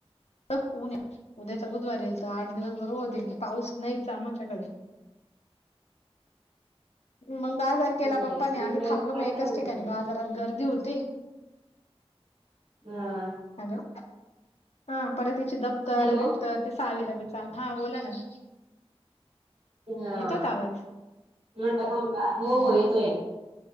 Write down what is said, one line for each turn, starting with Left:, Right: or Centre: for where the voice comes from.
Left: क- उद्याचा बुधवारी येईल तर आठ दिवस बरोबर होतील की पाऊस नाहीच आमच्याकडे. मग बाजार केला
Right: नाही
Left: पप्पाने, आम्ही
Right: इकडं
Left: थांबलो
Right: कंटाळलो
Left: मग एकाज ठिकाणी
Right: होतो आम्ही.
Left: बाजारात गर्दी होती.
Right: हा.
Left: हॅलो! हां परत हिचे दप्तर
Right: हॅलो.
Left: बी तर ती साहावीला बीचा, हा बोला ना.
Right: हां,
Left: येतो का आवाज
Right: म्हटल का मग हो
Left: हम्म
Right: हो येतोय.